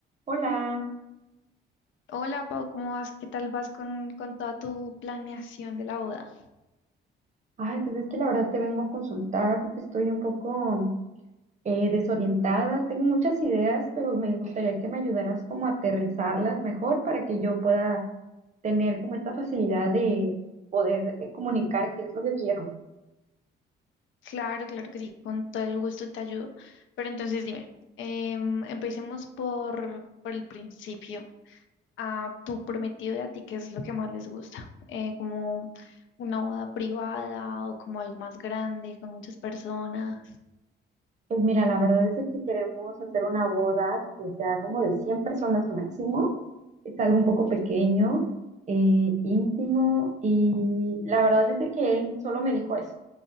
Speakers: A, on the right; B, on the left.
A: Hola,
B: Hola Pau, ¿cómo vas? ¿Qué tal vas con, con toda tu planeación de la boda?
A: ay, pues es que la verdad te vengo a consultar porque estoy un poco eh, desorientada. Tengo muchas ideas, pero me gustaría que me ayudaras como a aterrizarlas mejor para que yo pueda tener como esta facilidad de poder eh, comunicar qué es lo que quiero.
B: Claro, claro que sí, con todo el gusto te ayudo. Pero entonces dime, em, empecemos por, por el principio. A tu prometido y a ti, ¿qué es lo que más les gusta? Eh, ¿como una boda privada o como algo más grande, con muchas personas?
A: Pues mira, la verdad es de que queremos hacer una boda que sea como de 100 personas máximo. Es algo un poco pequeño, eh, íntimo y la verdad es de que él solo me dijo eso.